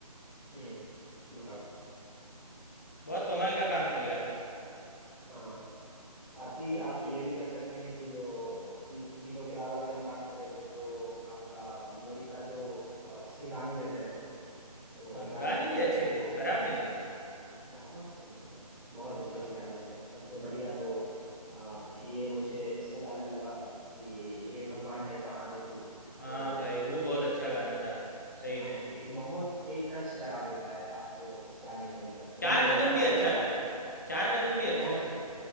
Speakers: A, in the centre; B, on the left (about 25°).
A: Hmm no doubt
B: बहुत कमाल का काम किया था
A: हाँ साथ ही आप ये भी कह सकते हैं कि जो इन चीजों के अलावा अगर हम बात करें तो जो आपका मूवी का जो अ, उसके गाने वगैरह थे तो
B: हाँ
A: गाने
B: गाने
A: वगैरह
B: भी
A: के
B: अच्छे
A: बोल
B: थे खराब नहीं थे
A: बहुत सुंदर बहुत अच्छे
B: हाँ
A: अच्छे
B: भाई
A: गाने थे सबसे बढ़िया तो आ, ये मुझे उसका गाना लगा कि हे भगवान है कहाँ रे तू
B: हाँ
A: तो
B: भाई वो
A: ये
B: बहुत अच्छा
A: एक
B: गाना था सही
A: हाँ
B: में
A: ये एक बहुत ही टच करा देता है आपको उस गाने के अंदर सोनू
B: चार
A: निगम
B: कदम
A: का
B: भी
A: वो
B: अच्छा
A: आवाज
B: था चार कदम भी
A: बहुत
B: अच्छा था
A: सुन